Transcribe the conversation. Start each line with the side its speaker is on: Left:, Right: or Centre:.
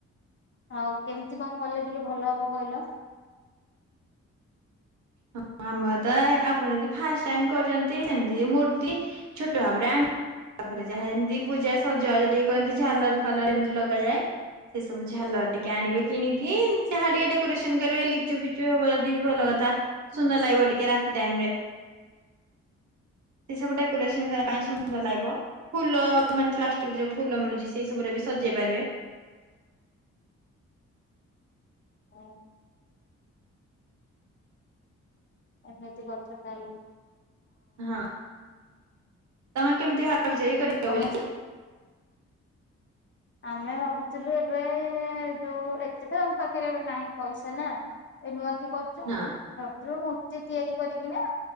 Left: ଆଉ କେମିତି କଣ କଲେ ଟିକେ ଭଲ ହବ କହିଲ?
Right: ହଁ ଆମର ତ ଆପଣ ଯଦି ଫାଷ୍ଟ ଟାଇମ୍ କରୁଛନ୍ତି ସେମିତି ମୂର୍ତ୍ତି ଛୋଟ <inaudible> ତାପରେ ଯାହା ଯେମିତି ପୂଜା ସଜବାଜ ଟିକେ କରନ୍ତି ଝାଲର୍ ଫାଲର୍ ଯେମିତି ଲଗାଯାଏ। ସେ ସବୁ ଝାଲର ଟିକେ ଆଣିବେ କିଣିକି ଯାହା ଟିକେ ଡେକୋରେସନ୍ କରିବେ ଲିଚୁ ଫିଚୁ ହବ ଯଦି ବି ଭଲ କଥା। ସୁନ୍ଦର ଲାଗିବ ଟିକେ ରାତି ଟାଇମ୍ ରେ।
Left: <inaudible>
Right: ସେ ସବୁ ଡେକୋରେସନ କରିବା ପାଇଁ ସୁନ୍ଦର ଲାଗିବ। ଫୁଲ ମାନେ ପ୍ଲାଷ୍ଟିକରେ ଯୋଉ ଫୁଲ ମିଳୁଛି ସେଇ ସବୁରେ ବି ସଜେଇ ପାରିବେ।
Left: ଓ ଏମିତି କଥା ତାହାଲେ।
Right: ହଁ ତମେ କେମିତି ହାତ ବିଜୟୀ କରି
Left: ତମ
Right: ଦେଉଛ?
Left: ସେ ଆମେ ଭାବୁଥିଲୁ ଏବେ ଯୋଉ ଏତେ ତ ଆମ ପାଖରେ ଏବେ ନାହିଁ ପଇସା ନା। ଏ ନୂଆକି କ
Right: ନାଁ।
Left: ରାତିରେ ମୂର୍ତ୍ତି ତିଆରି କରିବି ନା